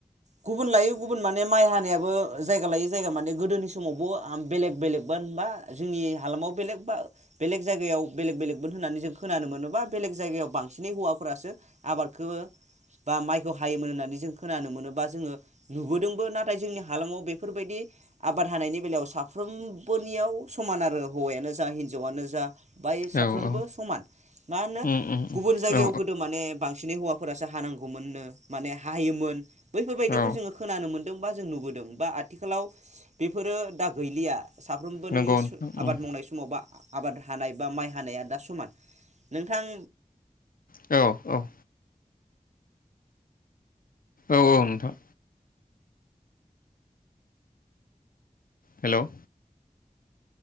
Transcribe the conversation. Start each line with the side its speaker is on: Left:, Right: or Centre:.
Right: गुबुन लायै गुबुन माने माइ हानायाबो जायगा लायै जायगा माने गोदोनि समावबो आम बेलेग बेलेग मोन बा जोंनि हालामाव बेलेग बा बेलेग जायगायाव बेलेग बेलेगमोन होननानै जों खोनानो मोनोबा बेलेग जायगायाव बांसिनै हौवाफोरासो आबादखौ बा माइखौ हायोमोन होननानै जों खोनानो मोन बा जोङो नुबोदोंबो नाथाय जोंनि हालामाव बेफोरबायदि आब बाद हानायनि बेलायाव साफ्रोमबोनियाव समान आरो हौवायानो जा हिन्जावआनो जा बाहाय साफ्रोमबो
Left: औ औ
Right: समान मा होनो
Left: उम उम
Right: गुबुन जायगायाव
Left: औ
Right: गोदो माने बांसिनै हौवाफोरासो हानांगौमोननो माने हाहोयोमोन बैफोरबायदिखौ
Left: औ
Right: जोङो खोनानो मोन दों बा जों नुबोदों बा आथिखालाव बेफोरो दा गैलिया साफ्रोमबोनि
Left: नंगौ
Right: सु
Left: नोंथां
Right: आबाद
Left: उम
Right: मावनाय समावबा आबाद हानाय बा माइ हानाया दा समान नोंथां
Left: औ औ औ औ नोंथां हेल'